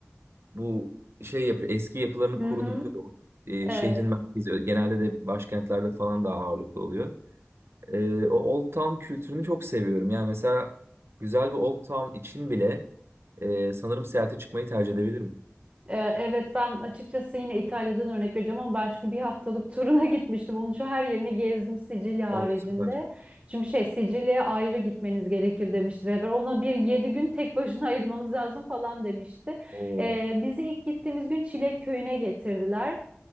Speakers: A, on the right; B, on the right.
A: bu şey yapıyor. Eski yapılarını
B: Hı
A: korudukları
B: hı.
A: o, e,
B: Evet,
A: şehrin merkezi genelde de başkentlerde falan daha ağırlıklı oluyor. E, o Old Town kültürünü çok seviyorum. Yani mesela güzel bir Old Town için bile e, sanırım seyahate çıkmayı tercih edebilirim.
B: e, evet ben açıkçası yine İtalya'dan örnek vereceğim ama ben çünkü bir haftalık turuna <laughs> gitmiştim. Onun için her yerini gezdim Sicilya haricinde.
A: O süper.
B: Çünkü şey Sicilya'ya ayrı gitmeniz gerekir demişti rehber. Ona bir yedi gün tek başına <laughs> ayırmanız lazım falan demişti.
A: Oo.
B: E, bizi ilk gittiğimiz gün Çilek Köyü'ne getirdiler.